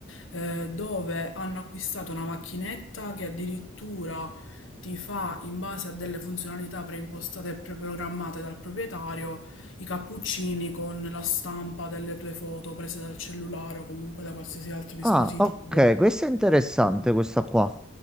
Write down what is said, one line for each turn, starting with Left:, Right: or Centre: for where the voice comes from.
Left: eh, dove hanno acquistato una macchinetta che addirittura ti fa in base a delle funzionalità preimpostate e preprogrammate dal proprietario i cappuccini con la stampa delle tue foto prese dal cellulare o comunque da qualsiasi altro dispositivo.
Centre: Ah, ok, questa è interessante questa qua.